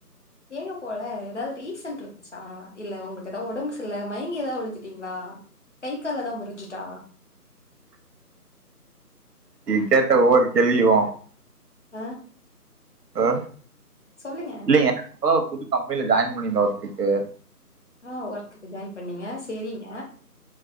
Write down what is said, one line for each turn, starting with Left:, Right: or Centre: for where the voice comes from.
Left: ஏங்க போல ஏதாவ்து ரீசன்ட்ருந்துச்சா இல்ல உங்களுக்கு ஏதாவ்து ஒடம்பு சர்ல்ல மயங்கி ஏதாவ்து விழுதுட்டீங்களா கை கால் எதா முறிஞ்சுட்டா
Right: நீ கேட்ட ஒவ்வொரு கெள்வியூ
Left: ஆ
Right: ஆ
Left: சொல்லுங்க
Right: இல்லங் இப்பதா ஒரு புது கம்பெனில ஜாயின் <unintelligible> அவ்கிட்டே
Left: ஆ ஒர்க்குக்கு ஜாயின் பண்ணீங்க செரீங்க